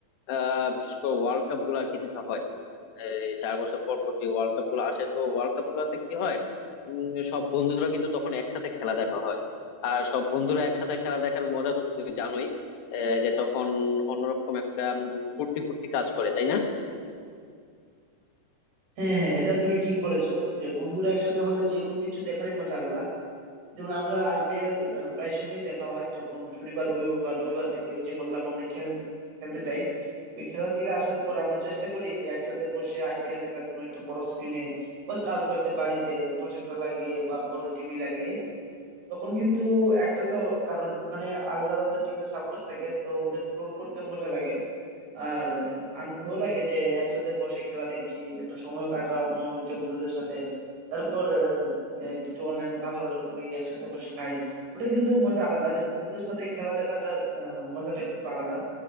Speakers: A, on the left; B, on the right.
A: আহ বিশেষ করে ওয়ার্ল্ড কাপ গুলো আর কি দেখা হয় এই চার বছর পর পর যে ওয়ার্ল্ড কাপ গুলো আসে তো ওয়ার্ল্ড কাপ গুলাতে কি হয় উম, সব বন্ধুরা কিন্তু তখন একসাথে খেলা দেখা হয় আর সব বন্ধুরা একসাথে খেলা দেখার মজা তো তুমি জানোই এ, যে তখন অন্যরকম একটা উম, ফুর্তি ফুর্তি কাজ করে তাই না
B: হ্যাঁ হ্যাঁ এটা তুমি ঠিক বলেছো যে বন্ধুরা একসাথে হলে যে কোনো কিছু দেখারই মজা আলাদা যেমন আমরা আইপিএল প্রায় সময় দেখা হয় যখন শনিবার রবিবার বা রবিবার থাকে ওই যে বললাম আমরা খেল খেলতে যাই ওই খেলা থেকে আসার পর আমরা চেষ্টা করি একসাথে বসে আইপিএল দেখার কোনো একটা বড় স্ক্রিনে বা কারোর একটা বাড়িতে প্রজেক্টর লাগিয়ে বা বড় টিভি লাগিয়ে তখন কিন্তু একটা তো কারণ ওখানে আলাদা আলাদা টিমের সাপোর্টার থাকে তো ওদের ট্রোল করতেও মজা লাগে আর আনন্দও লাগে যে একসাথে বসে খেলা দেখছি একটা সময় কাটানো হচ্ছে বন্ধুদের সাথে তারপর আহ, কিছু অনলাইনে খাবার অর্ডার করি একসাথে বসে খাই ওটা কিন্তু মজা আলাদা যে বন্ধুদের সাথে খেলা দেখাটা আহ, মজাটা কিন্তু আলাদা